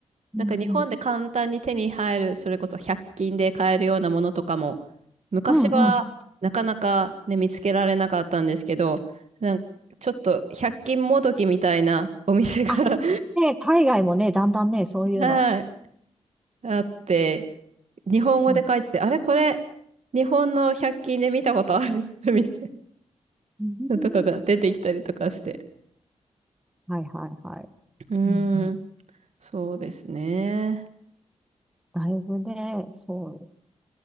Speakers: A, in the centre; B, on the right.
A: うんうん。
B: なんか日本で簡単に手に入る、それこそ百均で買えるようなものとかも、昔はなかなかね、
A: うんうん。
B: 見つけられなかったんですけど、なんかちょっと百均もどきみたいなお店が
A: あ、ね、海外もね、だんだんね、そういうの。
B: <laughs> はいあって、日本語で書いてて、
A: うん、
B: あれこれ、日本の百均で見たことある <laughs> みたいな
A: <laughs>
B: とかが出てきたりとかして。
A: はいはいはい。
B: うーん、
A: うんうん。
B: そうですね。
A: だいぶね、そ